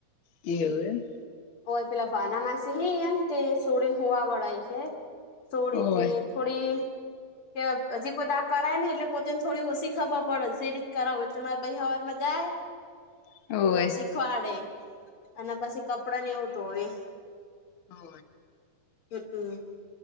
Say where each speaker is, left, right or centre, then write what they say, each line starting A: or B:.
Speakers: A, on the left; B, on the left.
A: એવું એ
B: ઓય પેલા ભાના માછ હ એ તે સોડીને હવા વડા છે સોડી
A: ઓય
B: તે થોડી કે હજી કોઈ દા કરાય ને એટલે પોતેને થોડી ઓછી ખબર પડે સ રીત કરાવું એટલે મારે બે હવાર માં જાય
A: <inaudible>
B: એ
A: ઓય
B: શીખવાડે અને પછી કપડા ને એવું ધોવે
A: હો
B: હમમ